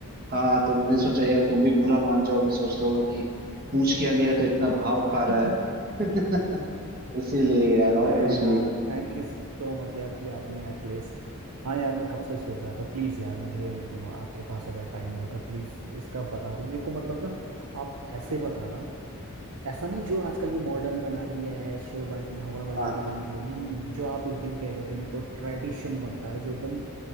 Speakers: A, on the right (about 45°); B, on the right (about 85°).
A: हाँ तो मैंने सोचा यार तुम भी बुरा मान जाओगे सोचते होगे कि पूछ क्या लिया
B: अरे
A: तो इतना
B: यार
A: भाव
B: <laughs>
A: खा रहा है <laughs> इसीलिए यार और
B: अरे
A: कुछ
B: यार
A: नहीं
B: थैंक यू सो मच यार कि आपने एटलीस्ट हाँ यार मैं कब से सोच रहा था प्लीज़ यार मुझे अ, आपके पास अगर टाइम है तो प्लीज़ इसका बता दो मेरे को मतलब ना आप ऐसे बताना ऐसा नहीं जो आजकल ये मॉडर्न बना लिया है शोबाजी हवाबाजी
A: हाँ
B: दिखाने के लिए नहीं जो आप उस दिन कह रहे थे मेरे को ट्रेडिशन बनता है जो एकदम